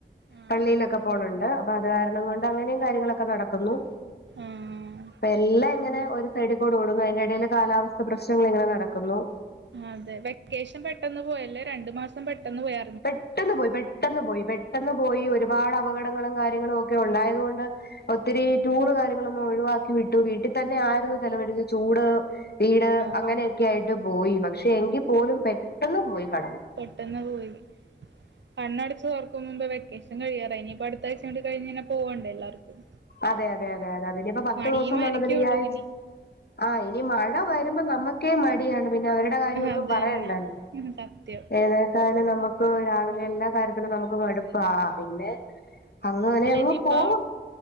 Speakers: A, on the right (about 80°); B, on the left (about 60°).
A: ആഹ്
B: പള്ളിയിലൊക്കെ പോണണ്ട്. അപ്പൊ അത് കാരണം കൊണ്ട് അങ്ങനെയും കാര്യങ്ങളൊക്കെ നടക്കുന്നു.
A: ആഹ്
B: അപ്പ എല്ലാം ഇങ്ങനെ ഒരു. സൈഡി കൂടെ ഓടുന്നു. അതിന്റെ എടേല് കാലാവസ്ഥ പ്രശ്നങ്ങൾ ഇങ്ങനെ നടക്കുന്നു.
A: അതെ വെക്കേഷൻ പെട്ടെന്ന് പോയല്ലേ. രണ്ടു മാസം പെട്ടെന്ന് പോയാ
B: പെട്ടെന്ന് പോയി, പെട്ടെന്ന് പോയി, പെട്ടെന്ന് പോയി. ഒരുപാട് അപകടങ്ങളും കാര്യങ്ങളും ഒക്കെ ഉണ്ടായത്കൊണ്ട്. ഒത്തിരി ടൂറ് കാര്യങ്ങളൊന്നും ഒഴിവാക്കി വിട്ടു. വീട്ടിതന്നെ ആയിരുന്നു ചെലവഴിച്ചത് ചൂട്. വീട്
A: ആഹ്
B: അങ്ങനെയൊക്കെ ആയിട്ട് പോയി പക്ഷെ എങ്കി പോലും പെട്ടെന്ന് പോയി കടന്നു.
A: പെട്ടെന്ന് പോയി. കണ്ണടച്ച് തൊറക്കും മുമ്പെ വെക്കേഷൻ കഴിയാറായി. ഇനിയിപ്പ അടുത്താഴ്ചേ കൂടികഴിഞ്ഞഴിഞ്ഞ പോകണ്ടെ എല്ലർക്കും.
B: അതെ, അതെ, അതെ, അതെ അതെ ഇനിയിപ്പ പത്തു
A: മടിയുമായിരിക്കുള്ളൂ
B: ദിവസംന്നുള്ളതിൽ ഈ ആഴ്ച.
A: ഇനി
B: ആഹ് ഇനി മഴ വരുമ്പോ നമ്മക്കേ മടിയാണ്. പിന്നെ അവരുടെ കാര്യം ഒന്നും
A: അത്
B: പറയണ്ടല്ല.
A: തന്നെ സത്യം
B: ഏത ക്കാനും നമുക്ക് രാവിലെ എല്ലാ കാര്യത്തിനും നമുക്ക് മടുപ്പാ. പിന്നെ. അങ്ങനെ
A: അല്ല
B: അങ്ങ്
A: ഇനിയിപ്പ
B: പോവും